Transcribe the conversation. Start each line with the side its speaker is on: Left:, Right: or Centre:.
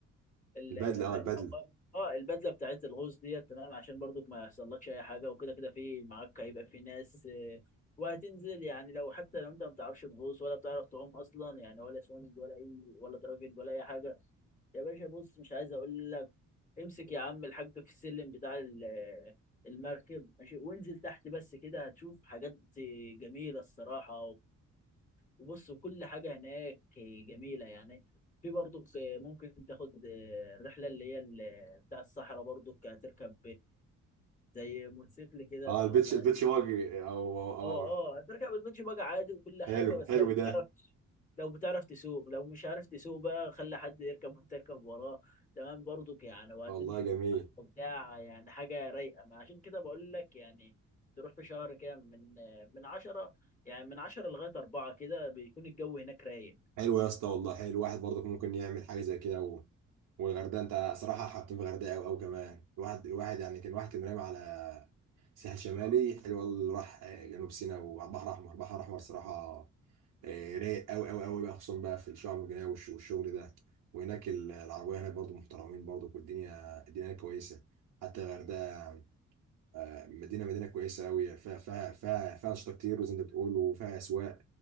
Left: ال-
Right: البدله اه البدله
Left: العقار اه البدله بتاعت الغوص ديت تمام عشان برضك ما يحصلكش اي حاجه وكده كده في معاك هيبقى في ناس آه، وهتنزل يعني لو حتى لو انت ما بتعرفش تغوص ولا بتعرف تعوم اصلا يعني ولا سويمنج ولا اي ولا دراجنج ولا اي حاجه يا باشا بص مش عايز اقول لك امسك يا عم الحاج في السلم بتاع ال- آه، المركب ماشي وانزل تحت بس كده هتشوف حاجات جميله الصراحه بص كل حاجة هناك جميلة يعني في برضك ممكن تاخد آه، الرحلة اللي هي ال- بتاع الصحراء برضك هتركب زي موتوسيكل كده
Right: اه
Left: تمام
Right: البيتش
Left: اه
Right: البيتش واجي او او
Left: اه
Right: أو-
Left: هتركب البيتش باجي عادي وكل حاجة
Right: حلو
Left: بس
Right: حلو
Left: لو بتعرف
Right: ده
Left: لو بتعرف تسوق لو مش عارف تسوق بقى خلي حد يركب وانت تركب وراه تمام برضك يعني وهتمشي
Right: والله جميل
Left: في الصحراء وبتاع يعني حاجة رايقة ما عشان كده بقول لك يعني تروح في شهر كده من آه، من عشرة يعني من عشرة لغاية أربعة كده بيكون الجو هناك رايق
Right: حلو يا اسطى والله حلو الواحد برضك ممكن يعمل حاجه زي كده و... والغردقه انت صراحه حاطين في الغردقه قوي قوي كمان الواحد الواحد يعني كان الواحد كان رامي على ساحل شمالي حلو والله اللي راح جنوب سيناء وعلى البحر الاحمر البحر الاحمر صراحه آه، رايق قوي قوي قوي بقى خصوصا بقى في الشعب المرجانيه والش- والشغل ده وهناك ال- العربيه هناك برضو محترمين برضو والدنيا الدنيا هناك كويسه حتى الغردقه آه، مدينه مدينه كويسه قوي فيها فيها فيها فيها انشطه كتير وزي ما انت بتقول وفيها اسواق